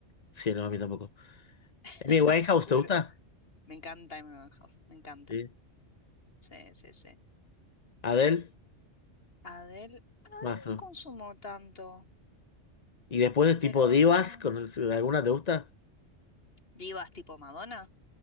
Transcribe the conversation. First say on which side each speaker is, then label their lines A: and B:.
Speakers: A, on the left; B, on the left.
A: Sí, no, a mí tampoco.
B: <laughs>
A: ¿Amy Winehouse
B: te juro.
A: te gusta?
B: Me encanta Amy Winehouse, me encanta.
A: Sí.
B: Sí, sí, sí.
A: ¿Adele?
B: Adele, bueno, Adele
A: Mazo.
B: no consumo tanto,
A: ¿Y después de
B: pero
A: tipo divas,
B: no.
A: con, alguna te gusta?
B: divas tipo Madonna.